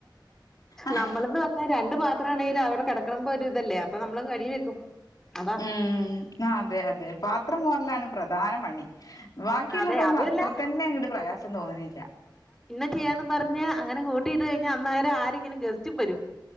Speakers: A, on the left; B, in the centre.
A: ആഹ്
B: നമ്മളെന്ന് രണ്ട് പത്രമാണെങ്കിലും അവിടെ കിടക്കണൊമ്പൊ ഒരു ഇതല്ലേ അപ്പൊ നമ്മളങ്ങ് കഴുകി വെക്കും അതാ
A: ഉം അതെ അതെ പാത്രം മോറലാണ് പ്രധാന പണി ബാക്കിയുള്ളതൊന്നും
B: അതെ അതുവല്ല
A: അത്ര തന്നെ അങ്ങട്ട് പ്രയാസം തോന്നുന്നില്ല
B: ബുക്ക് ചെയ്യാന്ന് പറഞ്ഞ് അങ്ങനെ കൂട്ടിട്ട് കഴിഞ്ഞാ അന്നേരം ആരെങ്കിലും ഗസ്റ്റും വരും